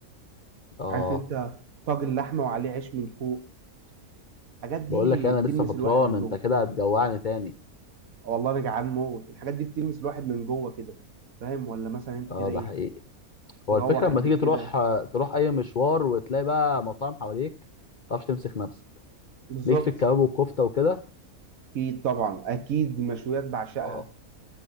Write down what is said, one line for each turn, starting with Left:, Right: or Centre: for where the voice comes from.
Left: اه
Right: عارف انت طاجن لحمه وعليه عيش من فوق الحاجات دي
Left: بقول لك انا
Right: بتلمس
Left: لسه فطران
Right: الواحد من
Left: انت
Right: جوه
Left: كده هتجوعني تاني
Right: والله انا جعان موت الحاجات دي بتلمس الواحد من جوه كده فاهم ولا مثلا انت
Left: اه
Right: كده ايه
Left: ده حقيقي هو
Right: تروح
Left: الفكرة لما
Right: البيت
Left: تيجي تروح
Right: كده
Left: تروح أي مشوار وتلاقي بقى مطاعم حواليك ما تعرفش تمسك نفسك
Right: بالظبط
Left: ليك في الكباب والكفتة وكده
Right: اكيد طبعا اكيد المشويات بعشقها
Left: آه،